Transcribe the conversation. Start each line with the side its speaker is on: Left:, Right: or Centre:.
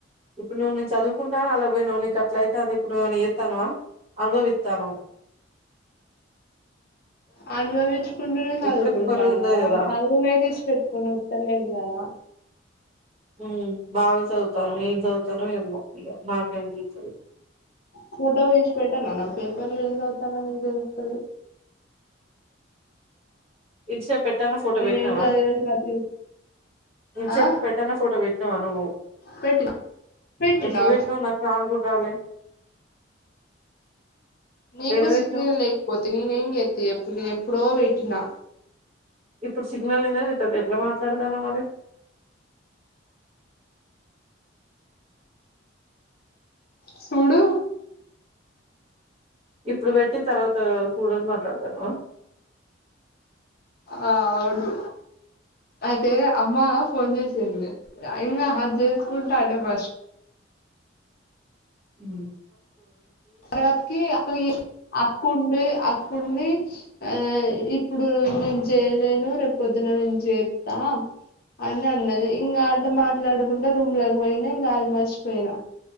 Right: ఇప్పుడు నువ్వు నేను చదువుకుంటాను అలాగ పోయినవు, నీకు అట్లాగ అయితాంది ఇప్పుడు నువ్వు ఏమన్నా చేత్తాన్నవా. అనుభవిత్తాన్నవ్
Left: అనుభవిచ్చుకుంటూనే చదువుకుంటాను
Right: ఎప్పటికి ఒక రోజు ఉండదు
Left: ఆ
Right: కదా
Left: చదువును ఏడ తీసి పెట్టుకోను. త్తలేం కదా
Right: ఉమ్ బాగా చదువుతాను ఏం చదువుతానో ఏమో ఇగ మాక్ కనిపించలే.
Left: ఫోటో తీసి పెట్టనా నా పేపర్లు ఏం చదువుతానో నని తెలుస్తది.
Right: ఇంట్ సేప్ పెట్టన ఫోటో
Left: నేను
Right: పెట్టినావా,
Left: ఏం చదివేది ప్రతి
Right: ఇంతసేపు
Left: ఆ
Right: పెట్టన ఫోటో పెట్టినావా నువ్వు.
Left: పెట్టినా పెట్టినా
Right: ఎప్పుడు పెట్టినావు నాకు రాను కూడ రాలే. <inaudible>
Left: నీకు
Right: ఏడ పెట్టినావు
Left: సిగ్నల్ లేకపోతే నేను ఏం చేత్తి చెప్పు నేను ఎప్పుడో పెట్టినా.
Right: ఇప్పుడు సిగ్నల్ లేదా నీతోటి ఎట్లా మాట్లాడతున్నా మరి. <inaudible>
Left: సూడు
Right: ఇప్పుడు పెట్టి తర్వాత చూడని మాట్లాడతావా
Left: ఆ అవును అయితే అమ్మ ఫోన్ చేసింది ఇంగ హగ్ చేసుకుంటాండే మర్స్
Right: ఉమ్
Left: తర్వాతకి అక్కకు జేసి అక్కుండి అక్ కుండి ఆ ఇప్పుడు నేను జేయలేను రేపు పొద్దున నేను జేత్తాం అని అన్నది ఇంగా అట్ట మాట్లాడుకుంటా రూమ్లోకి పోయినా ఇంగ అది మర్షిపోయినా